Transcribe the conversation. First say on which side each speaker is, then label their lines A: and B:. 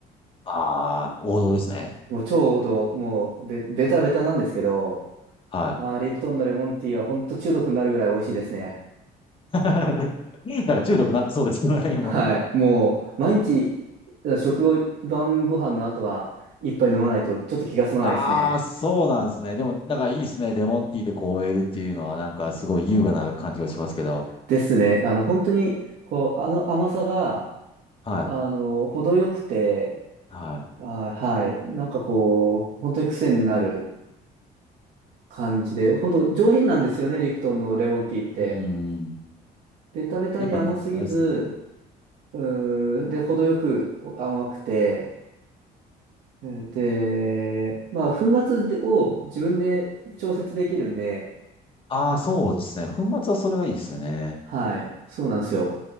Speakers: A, on the left; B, on the right.
A: ああ、王道ですね。
B: もうちょうど、もうベ、ベタベタなんですけど、
A: はい。
B: まあ、リプトンのレモンティーは本当中毒になるぐらい美味しいですね。
A: <laughs> なんか中毒になってそうですけどね、もう。
B: はい。もう、毎日、食後、晩ご飯の後は、一杯飲まないとちょっと気が済まないですね。
A: ああ、そうなんですね。でも、なんかいいですね。レモンティーでこう終えるっていうのは、なんかすごい優雅な感じがしますけど。
B: ですね。あの、本当に、こう、あの甘さが、
A: はい。
B: あの、程よくて、
A: は
B: あ、はい。なんかこう、本当に癖になる。感じで、ほんと上品なんですよね、リプトンのレモンティーって。
A: い。うーん。
B: ベタベタに甘すぎず、
A: やっぱ、あれですね。
B: うーで、程よく甘くて、うんで、まあ、粉末を自分で調節できるんで、
A: ああ、そうですね。粉末はそれがいいですよね。
B: はい、そうなんですよ。